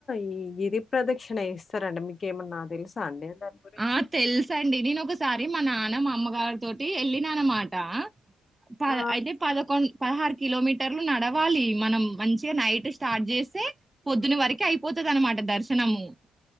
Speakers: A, on the left; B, on the right.
A: ఈ గిరి ప్రదక్షిణ చేస్తారండి మీకేమన్నా తెలుసా అండి. దాని గురించి?
B: ఆ తెలుసండి నేను ఒకసారి మనా మా అమ్మగారి తోటి వెళ్ళినన్నమాట పద
A: ఆ!
B: అయితే పదకొండు పదహారు కిలోమీటర్లు నడవాలి మనం మంచిగా నైట్ స్టార్ట్ చేస్తే పొద్దున వరకి అయిపోతది అనమాట దర్శనము